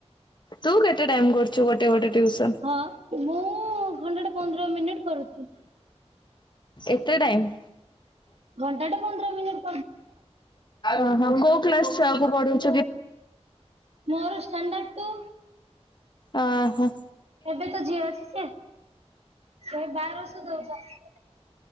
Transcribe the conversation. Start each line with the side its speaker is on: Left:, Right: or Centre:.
Left: ତୁ କେତେ ଟାଇମ କରୁଚୁ ଗୋଟେ ଗୋଟେ ଟିଉସନ?
Right: ହଁ ମୁଁ ଘଣ୍ଟାଟେ ପନ୍ଦର ମିନିଟ କରୁଚି।
Left: ଏତେ ଟାଇମ୍?
Right: ଘଣ୍ଟାଟେ ପନ୍ଦର ମିନିଟ୍
Left: ଓ ହଁ କୋଉ କ୍ଲାସ ଯାକୁ ପଡୁଚି।
Right: ମୋର ଷ୍ଟାଣ୍ଡାର୍ଡ ଟୁ।
Left: ଅହ।
Right: ଏବେ ତ ଯିଅ ଅଛି ସେ ସେ ବା <inaudible>